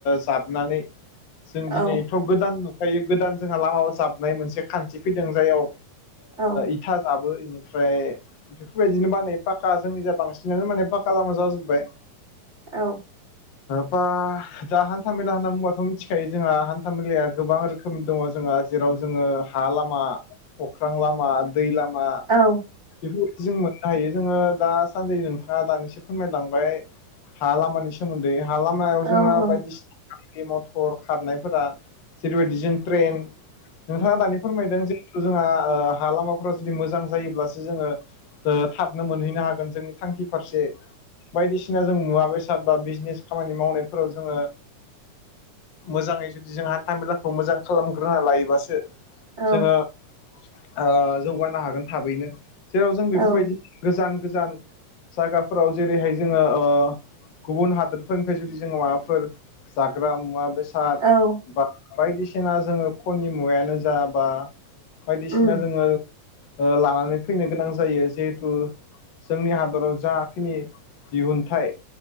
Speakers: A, on the left (about 80°); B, on the right (about 30°).
A: जाबनानै जों दिनैथ'
B: औ
A: गोदान नुखायो गोदान जोंहा लामायाव जाबनाय मोनसे खान्थि फैदों जाययाव
B: औ औ
A: इथा जाबो बेनिफ्राय बेफोरबायदिनो बानायो पाक्का जोंनि जा बांसिनानो माने पाक्का लामा जाजोब्बाय।
B: औ।
A: बा दा हान्था मेला होनना बुंबाथ' मिथिखायो जोंहा हान्था मेलाया गोबां रोखोमनि दङ जों बा जेराव जोङो हा लामा अख्रां लामा दै लामा
B: औ
A: बेफोरबायदि जों हायो जोङो दा सानदि नोंथाङा दानिसो फोरमायलांबाय हा लामानि सोमोन्दै हा लामायाव जोंहा
B: औ
A: बायदिसिना गारि मथर खारनायफोरा जेरैबायदि जों ट्रेन नोंथाङा दानि फोरमायदों जे जोंहा ओ हा लामाफोरा जुदि मोजां जायोब्लासो जोङो ओ थाबनो मोनहैनो हागोन जों थांखि फारसे बायदिसिना जों मुवा बेसाद बा बिजनेस खामानि मावनायफोराव जोङो मोजाङै जुदि जों हान्था मेलाखौ मोजां खालामग्रोना लायोबासो जोङो
B: औ
A: ओ जौगानो हागोन थाबैनो। जेराव जों बेफोरबायदि
B: औ
A: गोजान गोजान जायगाफोराव जेरैहाय जोङो ओ गुबुन हादोरफोरनिफ्राय जुदि जों माबाफोर जाग्रा मुवा बेसाद साद
B: औ
A: बा बायदिसिना जोङो खननि मुवायानो जा बा बायदिसिना
B: उम
A: जोङो ओ लानानै फैनो गोनां जायो जिहेथु जोंनि हादराव जाखिनि दिहुनथाइ